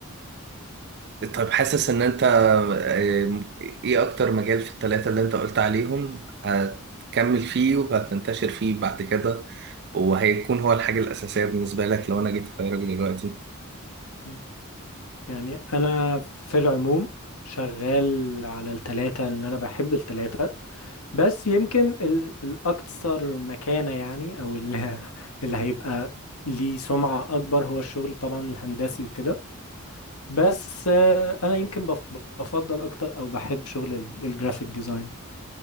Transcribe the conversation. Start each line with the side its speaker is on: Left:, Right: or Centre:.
Right: طيب حاسس ان انت آه، ايه اكتر مجال في الثلاثة اللي انت قلت عليهم هتكمل فيه وهتنتشر فيه بعد كده وهيكون هو الحاجة الأساسية بالنسبة لك لو انا جيت اخيرك دلوقتي
Left: <laughs> يعني انا في العموم شغال على التلاتة ان انا بحب التلاتة بس يمكن ال- الاكثر مكانة يعني او اللي, <laughs> اللي هيبقى ليه سمعة اكبر هو الشغل طبعا الهندسي وكده بس آه، انا يمكن بف- بفضل اكتر او بحب شغل ال- الجرافيك ديزاين